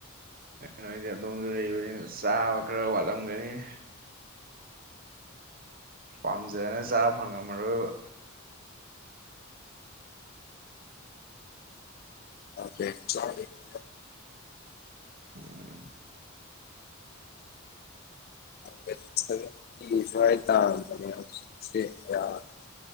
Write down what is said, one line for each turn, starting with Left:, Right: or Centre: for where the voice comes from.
Right: ꯅꯣꯏꯗꯤ ꯑꯗꯣꯝꯗ ꯂꯩꯕꯅꯤꯅ ꯆꯥꯕ ꯈꯔ ꯋꯥꯠꯂꯝꯒꯅꯤꯅꯦ꯫ ꯄꯥꯝꯖꯅ ꯆꯥꯕ ꯐꯪꯉꯝꯃꯔꯣꯏꯕ꯫
Left: ꯆꯥꯗꯦ꯫
Right: ꯎꯝ
Left: ꯋꯦꯠ ꯁꯕꯦꯟꯇꯤ ꯁ꯭ꯋꯥꯏ ꯇꯥꯕꯅꯦ ꯍꯧꯖꯤꯛꯇꯤ ꯌꯥꯗ꯭ꯔꯦ꯫